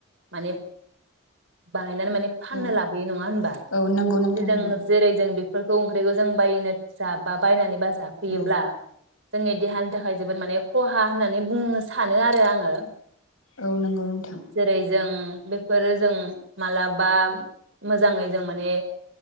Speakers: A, on the right (about 60°); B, on the left (about 75°).
A: माने बान गायनानै माने फाननो
B: औ
A: लाबोयो नङा होनबा
B: औ नंगौ नोंथां
A: <unintelligible>
B: नंगौ
A: जेरै जों बि फोरखौ ओंख्रिखौ जों बायनो जाबा बायनानै बास जाफैयोब्ला।
B: औ
A: जोंनि देहानि थाखाय जोबोद माने खहा होननानै बुंनो सानो आरो आङो।
B: औ नंगौ नों
A: जेरै जों बेफोरो जों मालाबा मोजाङै जों माने